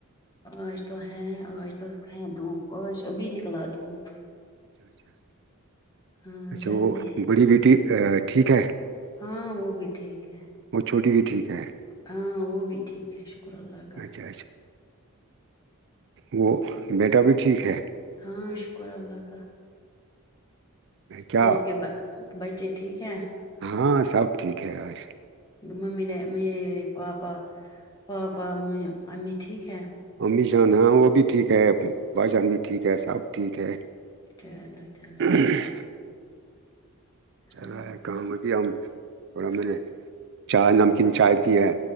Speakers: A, on the left; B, on the right.
A: آج تو ہے آج تو ہے دھوپ آج ابھی نکلا دھوپ
B: اچھا
A: ہاں
B: اچھا
A: گرمی
B: وہ
A: ہے
B: بڑی بیٹی ٹھیک ہے
A: ہاں وہ بھی ٹھیک ہے
B: وہ چھوٹی بھی ٹھیک ہے
A: ہاں وہ بھی ٹھیک ہے شکر اللہ کا
B: اچھا وہ بیٹا بھی ٹھیک ہے
A: ہاں شکر اللہ کا
B: کیا
A: ہاں آپ کے بچے ٹھیک ہے
B: ہاں سب ٹھیک ہے اور
A: ممی لے مے پاپا پاپا امی ٹھیک ہے
B: امی جان ہاں وہ بھی ٹھیک ہے بھائی جان بھی ٹھیک ہے سب ٹھیک ہے
A: چلو چلو
B: ہوں چل
A: ہاں
B: رہا ہے کام ابھی ہم تھوڑا میں نے چائے
A: ہاں
B: نمکین چائے پی ہے